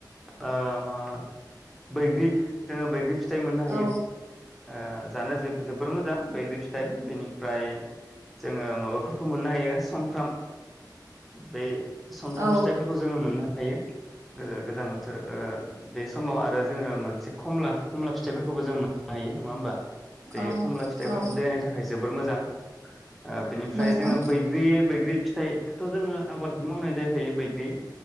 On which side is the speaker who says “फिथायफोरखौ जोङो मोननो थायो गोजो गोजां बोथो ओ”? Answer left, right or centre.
Centre